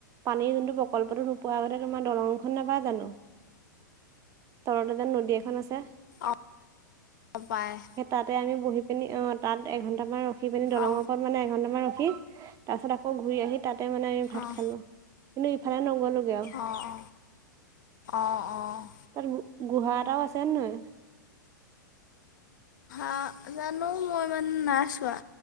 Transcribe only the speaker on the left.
অঁ অঁ পায়
অঁ
অঁ
অঁ অঁ অঁ অঁ
আ জানো মই ইমানে নাই চোৱা।